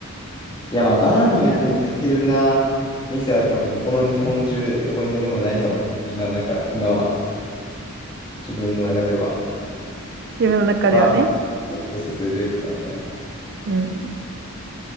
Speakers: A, on the left; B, on the right.
A: いや、まあ、バーミヤンに勝てるな。店は多分、この日本中、どこにでもないかもしれない。今、なんか、今は、自分の中では、
B: 自分の中ではね。
A: バーミヤン小説で出るからね。
B: うん。